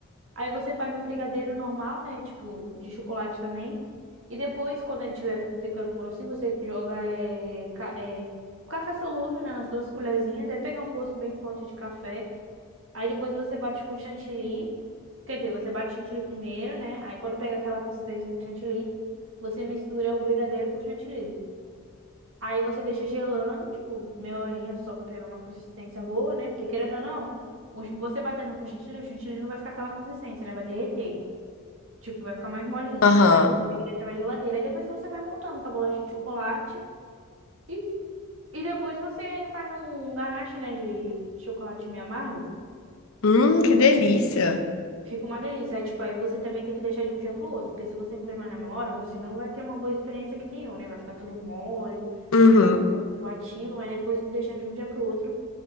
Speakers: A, on the right; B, on the left.
A: Aí você faz um brigadeiro normal, né? Tipo, de chocolate também. E depois, quando ele estiver ficando grossinho, você joga é, ca- é, café solúvel, né? As duas colherzinhas. Deve pegar um gosto bem forte de café. Aí depois você bate com chantilly. Quer dizer, você bate chantilly primeiro, né? Aí quando pega aquela consistência de chantilly, você mistura o brigadeiro com o chantilly. Aí você deixa gelando, tipo, meia horinha só pra pegar uma consistência boa, né? Porque querendo ou não, o ch- você batendo com chantilly, o chantilly não vai ficar aquela consistência, né? Vai derreter. Tipo, vai ficar mais molinho.
B: aham.
A: Aí você tem que deixar na geladeira. Aí depois você vai montando com a bolacha de chocolate. E, e depois você faz um ganache, né? De chocolate meio amargo
B: Hum,
A: por cima.
B: que delícia.
A: Fica uma delícia. Aí, tipo, aí você também tem que deixar de um dia pro outro, porque se você comer mais na memória, você não vai ter uma boa experiência que nem eu, né? Vai ficar tudo mole,
B: Uhum.
A: vai ficar um pouco enjoativo, mas depois de deixar de um dia pro outro, tu